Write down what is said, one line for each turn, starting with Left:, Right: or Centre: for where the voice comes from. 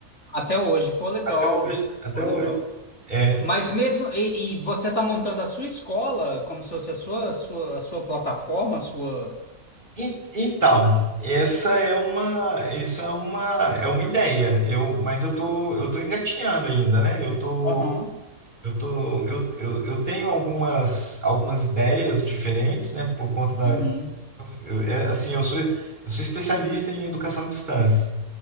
Left: Até hoje, pô,
Right: <laughs>
Left: legal.
Right: Até hoje. Até
Left: Pô, legal.
Right: hoje. É.
Left: Mas mesmo, e, e você tá montando a sua escola como se fosse a sua, a sua, a sua plataforma, a sua.
Right: En- Então, essa é uma, isso é uma, é uma ideia. Eu, mas eu tô, eu tô engatinhando ainda, né? Eu tô,
Left: Aham.
Right: eu tô, eu, eu, eu tenho algumas, algumas ideias diferentes, né? Por conta da,
Left: Uhum.
Right: eu- é, assim, eu sou, eu sou especialista em educação à distância.